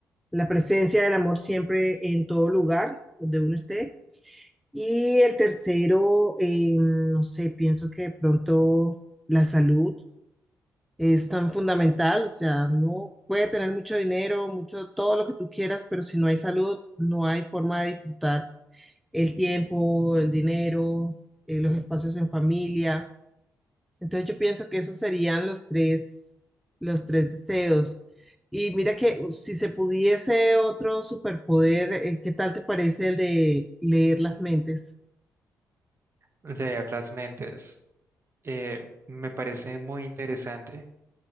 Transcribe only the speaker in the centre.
la presencia del amor siempre en todo lugar donde uno esté. Y el tercero, eh, no sé, pienso que de pronto la salud es tan fundamental, o sea, no puede tener mucho dinero, mucho, todo lo que tú quieras, pero si no hay salud, no hay forma de disfrutar el tiempo, el dinero, eh, los espacios en familia. Entonces yo pienso que esos serían los tres, los tres deseos. Y mira que uh, si se pudiese otro superpoder, eh, ¿qué tal te parece el de leer las mentes?